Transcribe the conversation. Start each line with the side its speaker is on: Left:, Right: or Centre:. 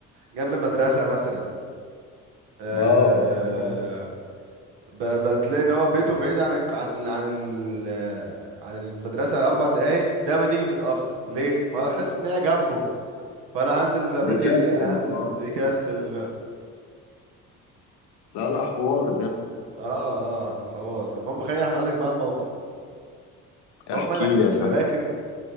Right: جنب المدرسة مثلا آه...
Left: اه آه.
Right: ب... بتلاقي ان هو بيته بعيد عن الك- عن عن ال... عن المدرسة اربع دقايق دايما يجي متأخر ليه ما يحس ان هي جنبه فانا هنزل بقى
Left: بيكتب
Right: بدري ليه هنزل
Left: اه
Right: مت... يكسل بقى
Left: لا لا حوار ده
Right: اه اه حوار المهم خليني احكي لك بقى الموقف المهم
Left: احكي
Right: انا كنت
Left: لي يا صاحبي
Right: راكب